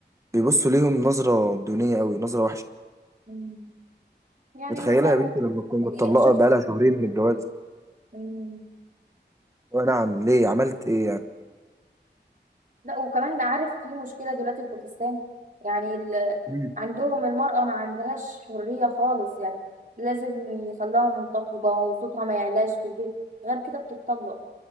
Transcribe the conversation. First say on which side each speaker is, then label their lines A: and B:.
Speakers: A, on the right; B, on the right.
A: بيبصوا ليهم نظرة دونية أوي نظرة وحشة
B: مم. يعني
A: متخيلة
B: مثلا
A: يا بنتي لما تكون
B: ي-
A: متطلقة
B: شفت
A: بقالها شهرين من الجواز
B: مم.
A: أه نعم ليه عملت إيه يعني
B: لا وكمان عارف في مشكلة دلوقتي في باكستان يعني ال...
A: مم.
B: عندهم المرأة ما عندهاش حرية خالص يعني لازم يخلوها منتقبة وصوتها ما يعلاش في البيت غير كده بتتطلق